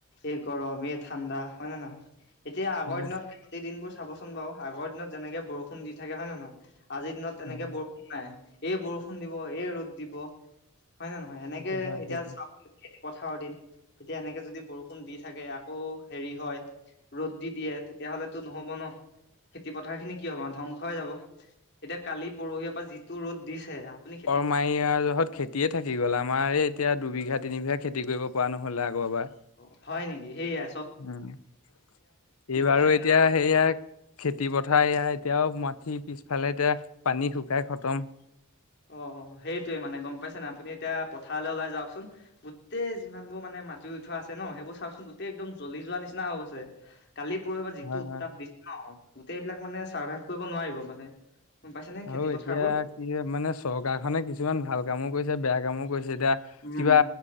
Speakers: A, on the left; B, on the left.
A: এই গৰম এই ঠাণ্ডা হয় নে নহয় এতিয়া আগৰ
B: হয়
A: দিনত গোই দিন বোৰ খাবচোন বাৰু আগৰ দিনত যেনেকে বৰষুণ দি থাকে হয় নে নহয় আজিৰ দিনত
B: হয়
A: তেনেকে বৰষুণ নাই এই বৰষুণ দিব এই ৰ'দ দিব হয় নে নহয় এনেকে
B: সেইটো হয়
A: এতিয়া
B: সেইটো
A: চাক পথাৰৰ দিন এতিয়া এনেকে যদি বৰষুণ দি থাকে আকৌ হেৰি হয় ৰ'দ দি দিয়ে তেতিয়াহলেতো নহব ন খেতি পথাৰ খিনি কি হব ধ্বংসই যাব এতিয়া কালি পৰহি পৰা যিটো ৰ'দ দিছে আপুনি খেতি
B: কৰৰ
A: পথাৰ
B: মাৰি জহত খেতিয়ে থাকি গ'ল আমাৰ এই এতিয়া দুবিঘাত তিনি বিঘা খেতি কৰিব পৰা নহ'লে আগৰবাৰ
A: অ হয় নেকি সেইয়া
B: উম এই বাৰু
A: পথাৰ
B: এতিয়া সেয়া খেতি পথাৰ এতিয়াও মাত উঠি পিছফালে এতিয়া পানী শুকাই খতম
A: অ সেইটোৱে মানে গম পাইছে ন আপুনি এতিয়া পথাৰলৈ ওলাই যাওকচোন গোটেই যিমানবোৰ মানে মাটি উঠোৱা আছে ন সেইবোৰ চাকচোন গোটেই একদম জ্বলি যোৱা নিচিনা হৈ গৈছে কালি পৰহিব পৰা যিটো
B: হয়
A: উত্তাপ
B: হয়
A: দিছে ন গোটেই এইবিলাক মানে চাৰ্ভাইভ কৰিব নোৱাৰিব মানে গম পাইছে নে
B: আৰু
A: খেতি
B: এতিয়া
A: পথাৰবোৰ
B: কি মানে চৰকাৰ খনে কিছুমান ভাল কামো কৰিছে বেয়া কামো কৰিছে এতিয়া
A: উম
B: কিবা